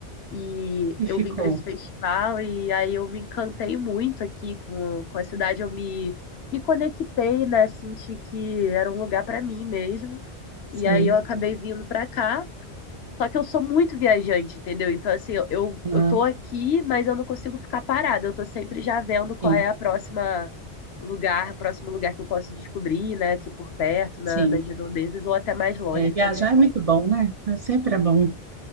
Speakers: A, on the left; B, on the right.
A: e
B: e
A: eu
B: ficou,
A: vim para esse festival e aí eu me encantei muito aqui com, com a cidade, eu me me conectei, né? Senti que era um lugar para mim mesmo. E
B: sim,
A: aí eu acabei vindo para cá. Só que eu sou muito viajante, entendeu? Então, assim, eu, eu, eu
B: aham,
A: tô aqui, mas eu não consigo ficar parada. Eu tô sempre já vendo qual
B: sim.
A: é a próxima lugar, próximo lugar que eu posso descobrir, né? Aqui por perto, na,
B: Sim,
A: nas redondezas, ou até mais longe
B: é, viajar
A: também.
B: é muito bom, né? É, Sempre é bom,